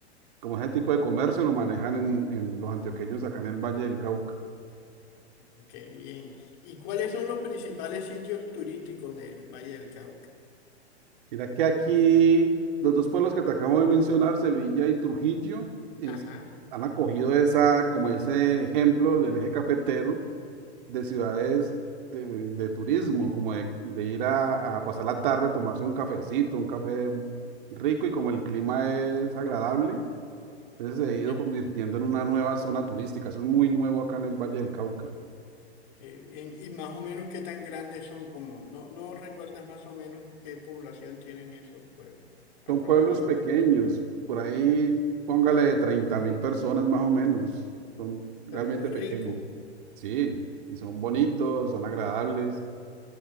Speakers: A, on the right (about 50°); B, on the left (about 45°).
A: como ese tipo de comercio lo manejan en, en los antioqueños acá en el Valle del Cauca.
B: Ok, bien. ¿Y cuáles son los principales sitios turísticos del Valle del Cauca?
A: Mira que aquí los dos pueblos que te acabo de mencionar, Sevilla y Trujillo, es-
B: Ajá,
A: han acogido esa, como ese ejemplo del eje cafetero de ciudades de, de turismo, como de, de ir a, a pasar la tarde a tomarse un cafecito, un café rico y como el clima es agradable, entonces se ha ido
B: sí,
A: convirtiendo en una nueva zona turística. Eso es muy nuevo acá en el Valle del Cauca.
B: qué bien. ¿Y más o menos qué tan grandes son? Como, no, no recuerdas más o menos qué población tienen esos pueblos aproximadamente.
A: Son pueblos pequeños, por ahí póngale treinta mil personas más o menos. Son realmente
B: Pero muy
A: pequeños.
B: rico.
A: Sí, y son bonitos, son agradables.